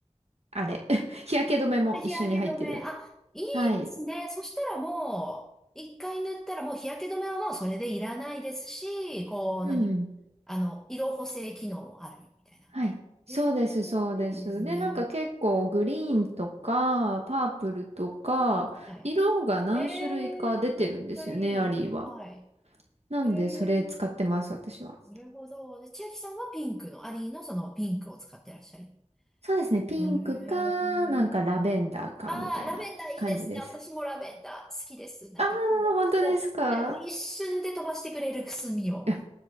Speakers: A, on the right; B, in the centre.
A: あれ。<laughs> 日焼け止めも一緒に入ってる。
B: 日焼け止め。あ、いいですね。
A: はい。
B: そしたらもう、一回塗ったらもう日焼け止めはもうそれでいらないですし、こう、
A: うん。
B: 何あの、色補正機能もあるみたいな。
A: はい。そうです、
B: へえ、
A: そうです。
B: いいですね。
A: で、なんか結構グリーンとか、パープルとか、
B: は
A: 色が何種類か出てるんですよね、
B: い。ええーめっちゃいい。
A: アリーは。
B: はい。
A: なんで、
B: ええ
A: それ使ってます、私は。
B: ーなるほど。で、千秋さんはピンクの、アリーのそのピンクを使ってらっしゃる。
A: そうですね、ピンクか、
B: ええー
A: なんかラベンダーか、
B: ああ、
A: みたいな感じです。
B: ラベンダーいいですね。私もラベンダー好きです。なんかこう、
A: あー、本当ですか
B: もう、えもう一瞬で飛ばしてくれるくすみを。
A: いや、